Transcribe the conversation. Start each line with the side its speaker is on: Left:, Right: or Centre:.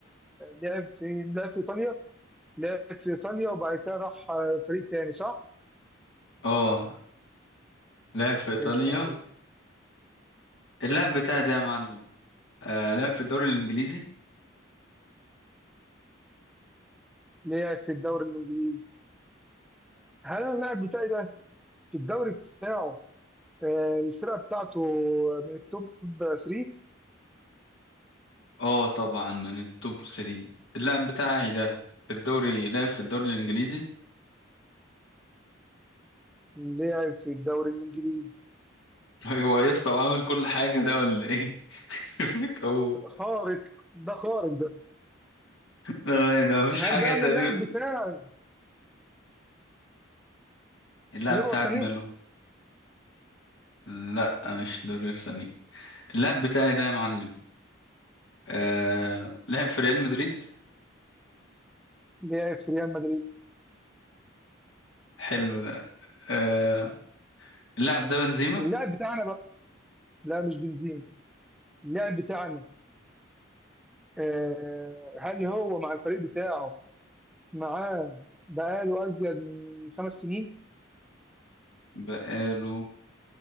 Centre: لعب في لعب في ايطاليا لعب في ايطاليا وبعد كده راح فريق تاني صح؟
Left: اه لعب في ايطاليا
Centre: ايش كان عارف
Left: اللاعب بتاعي ده يا معلم آه... لعب في الدوري الانجليزي
Centre: لعب في الدوري الانجليزي هل انا اللاعب بتاعي ده في الدوري بتاعه آه، الفرقه بتاعته من التوب 3
Left: اه طبعا من التوب 3 اللاعب بتاعي ده في الدوري لعب في الدوري الانجليزي
Centre: لعب في الدوري الانجليزي
Left: <laughs> هو يا اسطى وعمل كل حاجه ده ولا ايه <laughs> فيت ابوه
Centre: خارق ده خارق ده
Left: لا لا ده مفيش
Centre: هل
Left: حاجه
Centre: بقى
Left: تقريبا
Centre: انا اللاعب بتاعي
Left: اللاعب
Centre: ليروي
Left: بتاعك
Centre: سانيه
Left: ماله لا مش دوري اللاعب بتاعي ده يا معلم آه لعب في ريال مدريد
Centre: لعب في ريال مدريد
Left: حلو ده آه اللاعب ده بنزيما
Centre: اللاعب بتاعنا بقى لا مش بنزيما اللاعب بتاعنا آه هل هو مع الفريق بتاعه معاه بقاله ازيد من خمس سنين؟
Left: بقاله